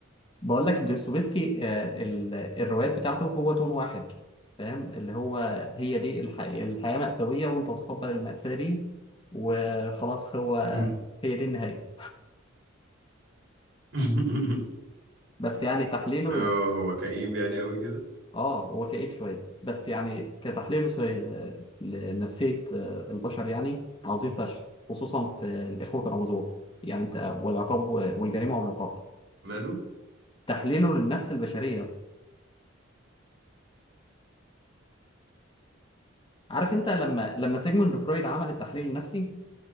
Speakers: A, on the left; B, on the right.
A: بقول لك دوستويفسكي آه ال... الروايات بتاعته هو تون واحد فاهم اللي هو هي دي الح... الحياة مأساوية وانت تتقبل المأساة دي وخلاص هو
B: امم
A: هي دي النهاية
B: <laughs>
A: بس يعني تحليله
B: اه هو كئيب يعني قوي كده
A: اه هو كئيب شويه بس يعني كتحليله سي- لنفسيه آه، البشر يعني عظيم فشخ خصوصا في الاخوه كرامازوف يعني انت والعقاب والجريمه والعقاب
B: ماله
A: تحليله للنفس البشريه عارف انت لما لما سيجموند فرويد عمل التحليل النفسي